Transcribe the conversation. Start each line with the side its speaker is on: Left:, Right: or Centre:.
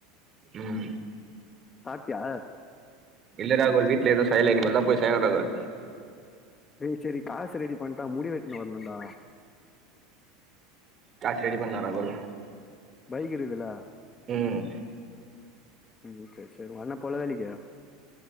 Right: ம்
Left: சாப்ட்டியா
Right: இல்ல ராகுல் வீட்ல எதும் செய்யல இனிமேல் தா போய் செய்யனு ராகுல்
Left: டே சேரி காசு ரெடி பண்ட்டா முடி வெட்டினு வரனுன்டா
Right: காசு ரெடி பண்ணு ராகுல்
Left: பைக் இருக்குதுல்ல
Right: ம்
Left: ம் சேர் சேர் உங்க அண்ணே போலைல இன்னைக்கு